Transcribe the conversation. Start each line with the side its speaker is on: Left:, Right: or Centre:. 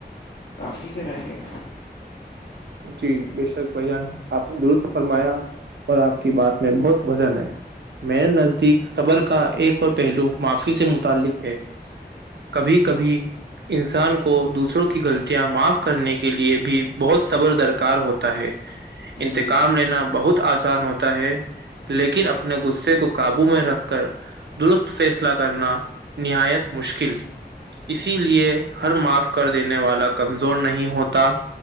Left: آپ کی کیا رائے ہے
Right: جی بے شک بھ جان آپ نے درست فرمایا اور آپ کی بات میں بہت وزن ہے میرے نزدیک صبر کا ایک اور پہلو معافی سے متعلق ہے کبھی کبھی انسان کو دوسروں کی غلطیاں معاف کرنے کے لیے بھی بہت صبر درکار ہوتا ہے
Left: جی
Right: انتقام لینا بہت آسان ہوتا ہے لیکن اپنے غصے کو قابو میں رکھ کر درست فیصلہ کرنا نہایت مشکل اسی لیے ہر معاف کر دینے والا کمزور نہیں ہوتا